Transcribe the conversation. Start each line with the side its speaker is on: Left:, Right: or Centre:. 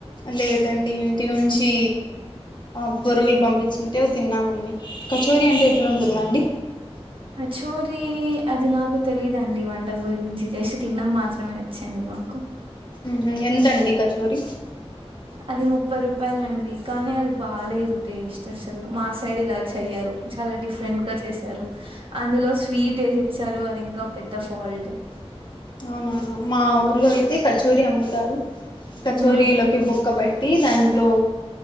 Left: లేదండి ఇంటి నుంచి ఆ బొరుగులు పంపి చింటెల్ తిన్నామండి కచోరీ అంటే ఎట్లుంటుందండి
Right: చోరీ అది నాకు తెలీదండి వంట గురించి చేసి తినం మాత్రమే వచ్చాండి మాకు
Left: ఉహు ఎంతండి కచోరీ
Right: అది ముప్పై రూపాయల అండి కానీ అది బాలేదు టేస్ట్ అసలు మా సైడ్ ఇలా చెయ్యరు చాలా డిఫరెంట్ గా చేసారు అందులో స్వీట్ వేసి ఇచ్చారు అది ఇంకా పెద్ద ఫాల్ట్
Left: <inaudible> మా ఊర్లో అయితే కచోరీ అమ్ముతారు కచోరీలోకి
Right: ఉమ్
Left: బుక్క బెట్ టిస్ అందులో